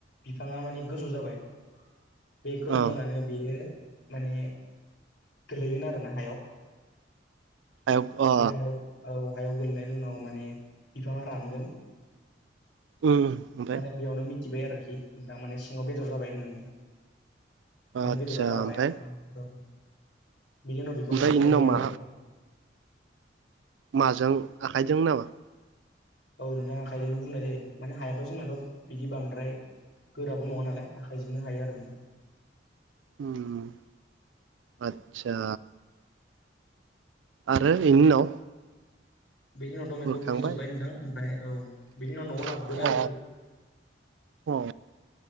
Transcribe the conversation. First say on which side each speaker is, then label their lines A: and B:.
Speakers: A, on the left; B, on the right.
A: बिफाङा माने गोजौ जाबाय बे गोजौ
B: अ
A: जानानै बेयो माने गोलैगोन आरो ना हायाव
B: हायाव अ
A: बे हायाव औ हायाव गोलैनायनि उनाव माने बिफाङा रानगोन।
B: उम। ओमफ्राय
A: माने बेयावनो मिथिबाय आरोखि नोंथां माने सिङाव बेदर जाबाय होननानै।
B: आदसा
A: माने बेदरा राबाय
B: ओमफ्राय
A: उम औ बिनि उनाव
B: ओमफ्राय
A: बेखौ बुरनाय
B: बेनि उनाव
A: जायो
B: मा
A: आरो नोंथां।
B: माजों आखाइजों नामा?
A: औ नोंथां आखाइजोंनो बुरनाय जायो माने हायाथ' जोंनाथ' बिदि बांद्राय गोराबो नङा नालाय आखाइजोंनो हायो आरो नोंथां।
B: उम आतसा। आरो बिनि उनाव
A: बेनि उनावथ' माइखौ
B: बोखांबाय
A: बुरजोब्बाय नोंथां ओमफ्राय औ बेनि उनाव लाबोगोन
B: अ
A: आरोखि
B: अ औ